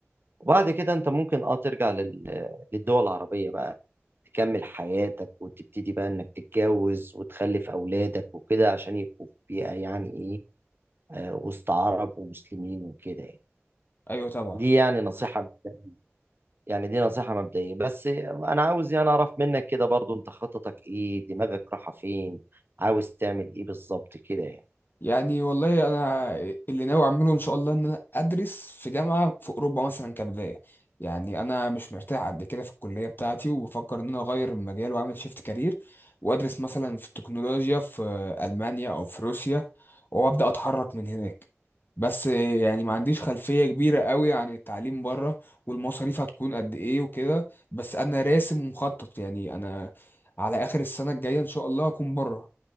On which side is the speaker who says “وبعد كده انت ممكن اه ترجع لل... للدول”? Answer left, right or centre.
Right